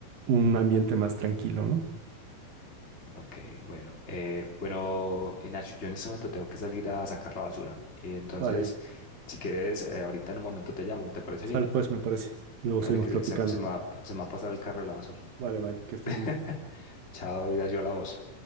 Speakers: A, on the right; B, on the left.
A: un ambiente más tranquilo, ¿no?
B: ok, bueno. Eh, bueno, Ignacio, yo en este momento tengo que salir a sacar la basura. Y entonces,
A: Vale,
B: si quieres, eh, ahorita en un momento te llamo, ¿te parece
A: sal
B: bien?
A: pues, me parece. Luego
B: Dale,
A: seguimos
B: que
A: platicando.
B: se, se- se me va, se me va a pasar el carro de la basura.
A: Vale, bye, que estés
B: <laughs>
A: muy bien.
B: Chao, Ignacio, hablamos.